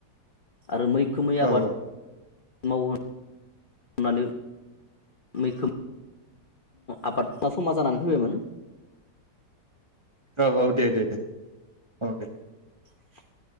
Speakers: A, on the left; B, on the right.
A: आरो मै खोमै आबाद
B: औ
A: मावहो होनानै मैखोम आबादा समा जानानै फैबायमोन।
B: औ औ दे दे दे। औ दे।
A: <inaudible>